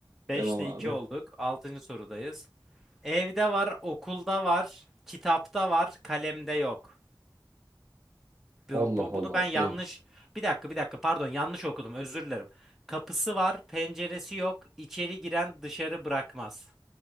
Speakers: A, in the centre; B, on the right.
A: Beşte
B: Devam abi.
A: iki olduk. Altıncı sorudayız. Evde var, okulda var, kitapta var, kalemde yok. Bu,
B: Allah
A: bu-
B: Allah.
A: bunu ben yanlış
B: E,
A: bir dakika bir dakika pardon yanlış okudum özür dilerim. Kapısı var, penceresi yok. İçeri giren dışarı bırakmaz.